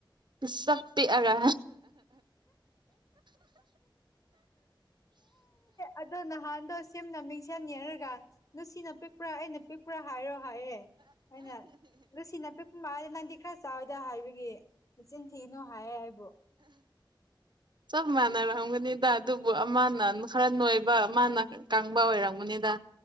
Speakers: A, on the right; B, on the left.
A: ꯄꯤꯁꯛ ꯄꯤꯛꯑꯒ
B: ꯑꯗꯨ ꯅꯍꯥꯟꯗ ꯁꯦꯝꯅ ꯃꯤꯡꯁꯦꯟꯅꯤ ꯍꯥꯏꯔꯒ ꯅꯨꯡꯁꯤꯅ ꯄꯤꯛꯄ꯭ꯔꯥ ꯑꯩꯅ ꯄꯤꯛꯄ꯭ꯔꯥ ꯍꯥꯏꯌꯦ ꯑꯩꯅ ꯂꯨꯁꯤꯅ ꯄꯤꯛ ꯃꯥꯅ ꯅꯪꯗꯤ ꯈ꯭ꯔ ꯆꯥꯎꯏꯗ ꯍꯥꯏꯕꯒꯤ ꯏꯆꯤꯟ ꯊꯅꯣ ꯍꯥꯏꯌꯦ ꯍꯥꯏ ꯕ꯭ꯔꫭ
A: ꯆꯞ ꯃꯥꯟꯅꯔꯝꯒꯅꯤꯗ ꯑꯗꯨꯕꯨ ꯑꯃꯅ ꯈꯔ ꯅꯣꯏꯕ ꯃꯥꯅ ꯀꯪꯕ ꯑꯣꯏꯔꯝꯒꯅꯤꯗ